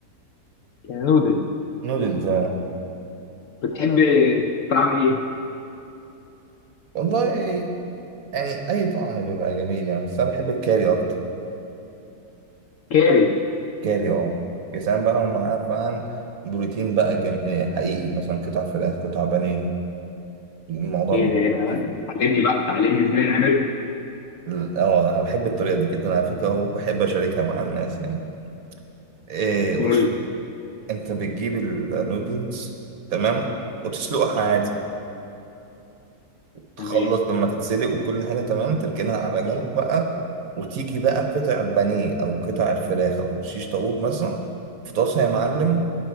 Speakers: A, on the left; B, on the right.
A: يعني نودل
B: نودلز آه.
A: بتحب تعمل إيه؟
B: والله يعني اي طعم بيبقى جميل يعني بس انا بحب الكاري اكتر
A: كاري
B: كاري اه يا سلام بقى لو معاه فعلا بروتين بقى جم... آه، حقيقي مثلا قطع فراخ قطع بانيه الموضوع
A: إيه
B: بيديك
A: ده؟ إيه ده؟ لا لا تعلمني بقى تعلمني إزاي نعمله
B: ال- اه انا بحب الطريقه دي جدا على فكره وبحب اشاركها مع الناس يعني إيه
A: قول
B: بص انت بتجيب النودلز تمام وتسلقها عادي تخلص
A: تمام
B: لما تتسلق وكل حاجة تمام تركنها على جنب بقى وتيجي بقى قطع البانيه أو قطع الفراخ أو شيش طاووق مثلا في طاسة يا معلم